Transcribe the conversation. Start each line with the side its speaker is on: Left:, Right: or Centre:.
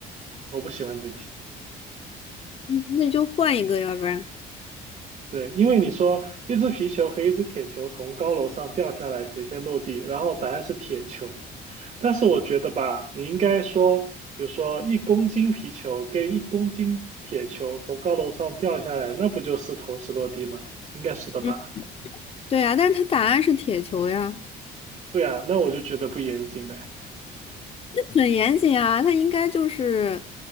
Right: 我不喜欢这题。
Left: 嗯，那就换一个，要不然。
Right: 对，因为你说一只皮球和一只铁球从高楼上掉下来，谁先落地？然后答案是铁球。但是我觉得吧，你应该说，比如说一公斤皮球跟一公斤铁球从高楼上掉下来，那不就是同时落地吗？应该是的吧？
Left: 嗯，对呀，但是它答案是铁球呀。
Right: 对啊，那我就觉得不严谨呗。
Left: 很严谨啊，它应该就是